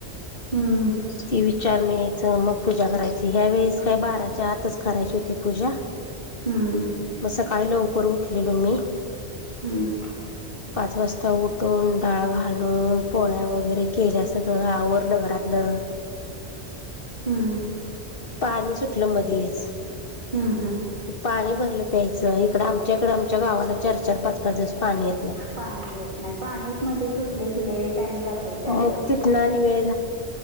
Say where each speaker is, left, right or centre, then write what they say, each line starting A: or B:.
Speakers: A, on the right; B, on the left.
A: हम्म.
B: ती विचारून यायचं मग पूजा करायची ह्या वेळेस काय बाराच्या आतच करायची होती पूजा.
A: हम्म.
B: म सकाळी ल उवकर उठलेलो मी.
A: <unintelligible>
B: पाच वाजता उठून डाळ घालून पोळ्या वगैरे केल्या सगळं आवरलं घरातलं.
A: हम्म
B: पाणी सुटलं मध्येच.
A: हम्म हम्म
B: पाणी भरलं. प्यायचं इकडं आमच्या इकडे आमच्या गावाला चार चार पाच पाच दिवस पाणी येत. नाही
A: पाणी येत नाही पाणी मध्ये सुटले किले टाइम जाते त्यातच
B: मग तिथनं आणि वेळ